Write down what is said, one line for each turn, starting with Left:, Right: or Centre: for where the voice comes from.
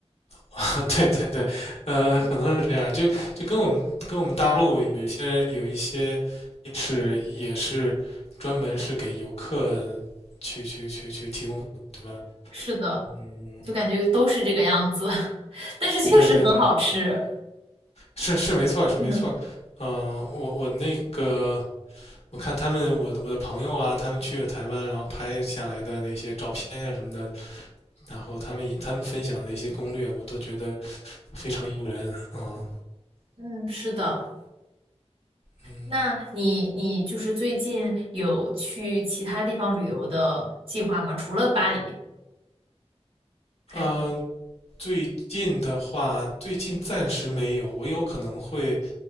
Left: <laughs> 对对对，呃，可能是这样，就就跟我们跟我们大陆有一些有一些夜市也是专门是给游客去去去去提供的对吧？
Right: 是的，
Left: 嗯，
Right: 就感觉都是这个样子，<laughs> 但是确实很好吃。
Left: 对对对，是是没错是没错，
Right: <laughs>
Left: 嗯、我我那个我看他们我的我的朋友啊，他们去了台湾，然后拍下来的那些照片呀、什么的，然后他们也他们分享的一些攻略，我都觉得非常诱人啊，
Right: 嗯，是的。
Left: 嗯
Right: 那你你就是最近有去其他地方旅游的计划吗？除了巴黎，还有
Left: 啊。呃最近的话，最近暂时没有，我有可能会